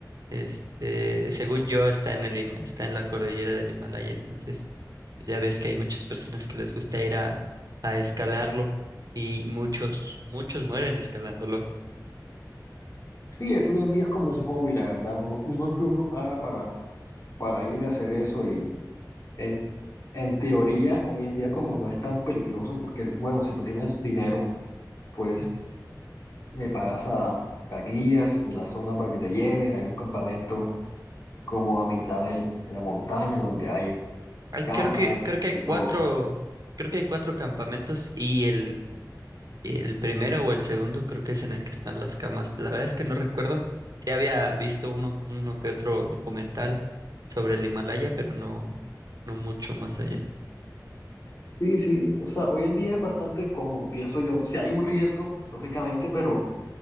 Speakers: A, on the right; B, on the left.
A: este, según yo está en el, Hima- está en la cordillera del Himalaya, entonces pues ya ves que hay muchas personas que les gusta ir a, a escalarlo y muchos, muchos mueren escalándolo.
B: Sí, eso hoy en día es como un hobby, la verdad. Uno, uno incluso paga para, para ir a hacer eso y en, en teoría, hoy en día como no es tan peligroso, porque bueno, si tú tienes dinero, pues
A: Ujú.
B: le pagas a, a guías de la zona para que te lleven, hay un campamento como a mitad del- de la montaña donde hay
A: Ay,
B: camas,
A: creo que, creo que
B: de
A: hay
B: todo.
A: cuatro, creo que hay cuatro campamentos y el Y el primero o el segundo creo que es en el que están las camas. La verdad es que no recuerdo. Sí había visto uno, uno que otro documental sobre el Himalaya, pero no, no mucho más allá.
B: Sí, sí, o sea, hoy en día es bastante cómodo, pienso yo. Si hay un riesgo, lógicamente, pero,